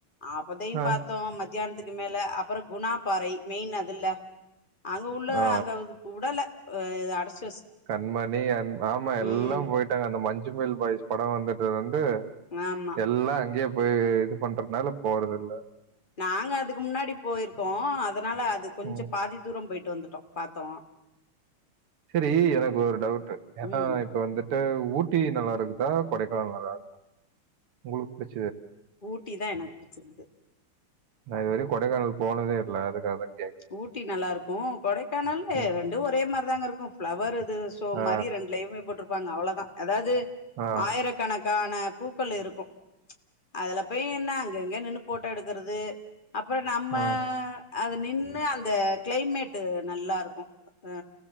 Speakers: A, on the left; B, on the right.
A: அப்பதையும்
B: ஆ,
A: பாத்தோம் மதியானத்துக்கு மேல் அப்பற குணா பாறை மெயின் அதுல அனு உள்ள
B: ஆ,
A: அங்க உடல ஓ இத அடச்
B: கண்மணி அன்பு ஆமா எல்லா
A: ம்
B: போயிட்டாங்க அந்த மஞ்சு சுமல் பாய்ஸ் படம் வந்ததுல இருந் து
A: ஆமா
B: எல்லா அங்கேயே போய் இது பண்றதுனால போறதுல்ல
A: நாங்க அதுக்கு முன்னாடி போயிருக்கோம் அதுனால அது கொஞ்ச
B: ம்.
A: பாதி தூரம் போயிட்டு வந்து டோம் பாத்தோம்
B: சரி எனக்கு ஒரு டவுட் ஏன்னா
A: ம்
B: இப்ப வந்துட்டு ஊ ஊட்டி நல்லாருக்குதா கொடைக்கானல் நல்லாருக்குதா உங்களுக்கு புடிச்
A: ஊட்டி தான் எனக்கு புடிச்சிருந்தது
B: நா இதுவரயு கொடைக்கானல் போனதே இல்ல அதுக்காக கேட்
A: ஊட்டி நல்லாருக்கும் கொடைக்கானல்லு
B: ம்.
A: ரெண்டும் ஒரே மாரிதாங்க இருக் கும் ஃபிளவரு து சோ
B: ஆ,
A: மாரி ரெண்டுலயுமே போட்டுருக் இருப்பாங்க அவ்வளதா அதாவது
B: ஆ,
A: ஆயிரக்கணக்கு ஆயிரக்கணக்கான பூக்கள் இருக்கு அதுல போய் என்ன அங்கங்க நின்னு போட்டோ எடு எடுக்குறது அப்றோ நம்ம
B: ஆ,
A: அது நின் அந்த கிளைமேட் நல்லா இருக்கு அ